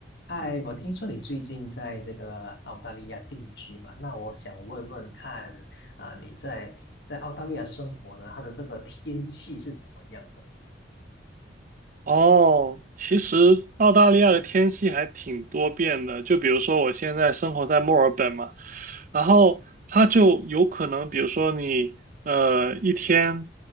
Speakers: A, on the left; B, on the right.
A: 嗨，我听说你最近在这个澳大利亚定居嘛？那我想问问看，啊、你在在澳大利亚生活呢，它的这个天气是怎么样的？
B: 哦，其实澳大利亚的天气还挺多变的，就比如说我现在生活在墨尔本嘛，然后它就有可能，比如说你呃一天